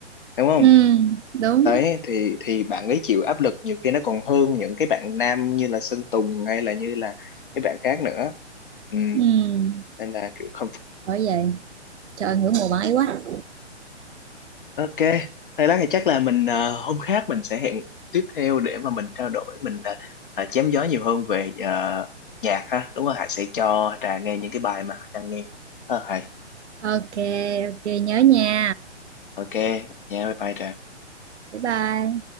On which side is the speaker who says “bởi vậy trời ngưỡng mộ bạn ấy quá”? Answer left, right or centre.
Right